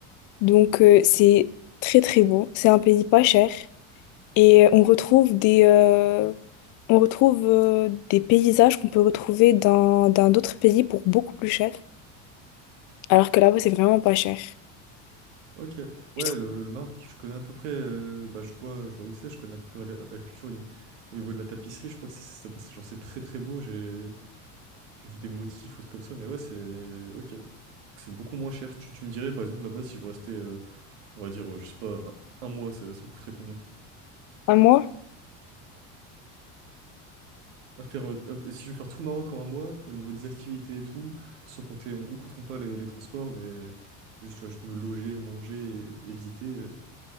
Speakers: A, on the left; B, on the right.
A: Donc, euh, c'est très, très beau. C'est un pays pas cher. Et euh, on retrouve des... euh, on retrouve euh, des paysages qu'on peut retrouver dans dans d'autres pays pour beaucoup plus cher. Alors que là-bas, c'est vraiment pas cher.
B: Ok, ouais,
A: Je trouve
B: le, le Maroc, je connais à peu près, euh, bah, je vois, je vois où c'est, je connais à peu près la, la culture au ni- au niveau de la tapisserie, je crois que c'est c'est- c'est- genre c'est très très beau, j'ai j'ai vu des motifs ou trucs comme ça, mais ouais, c'est ok. Donc, C'est beaucoup moins cher. Tu, tu me dirais par exemple là-bas si je veux rester, euh, on va dire, euh, je sais pas, un, un mois, ça, ça me coûterait combien?
A: un mois.
B: à faire, euh, euh, si je veux faire tout le Maroc en un mois, au niveau des activités et tout, sans compter, on ne compteront pas les, les transports, mais juste, tu vois, juste me loger, manger et, et visiter, euh,